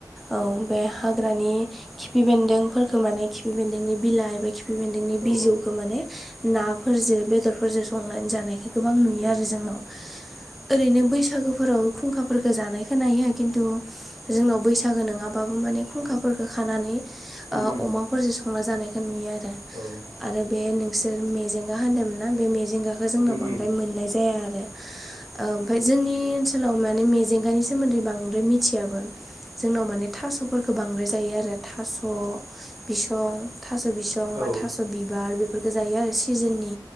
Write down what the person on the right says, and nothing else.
उम
औ
उम
उम उम
औ
उम
उम
औ